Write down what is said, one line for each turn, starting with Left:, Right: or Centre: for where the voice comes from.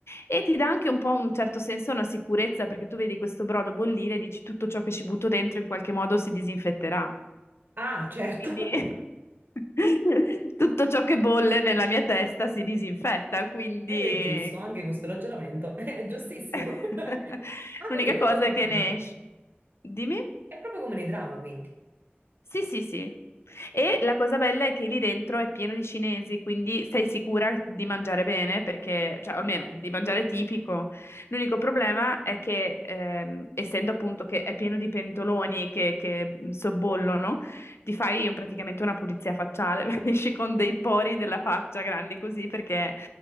Left: E ti dà anche un po' un certo senso, una sicurezza, perché tu vedi questo brodo bollire e dici tutto ciò che ci butto dentro in qualche modo si disinfetterà.
Right: Ah, certo.
Left: Quindi
Right: <laughs>
Left: <laughs> tutto ciò che bolle nella mia testa si disinfetta, quindi
Right: È
Left: eh,
Right: giusto, anche questo ragionamento <laughs> è giustissimo.
Left: <laughs>
Right: <laughs> Ah,
Left: l'unica
Right: quindi è proprio
Left: cosa
Right: come
Left: è che
Right: nei drama.
Left: ne esce. Dimmi?
Right: È proprio come nei drama, quindi.
Left: Sì, sì, sì. E la cosa bella è che lì dentro è pieno di cinesi, quindi sei sicura di mangiare bene, perché, cioè
Right: Ok.
Left: almeno di mangiare tipico. L'unico problema è che, ehm, essendo appunto che è pieno di pentoloni che, che sobbollono, ti fai un- praticamente una pulizia facciale, <laughs> esci con dei pori della faccia grandi così, perché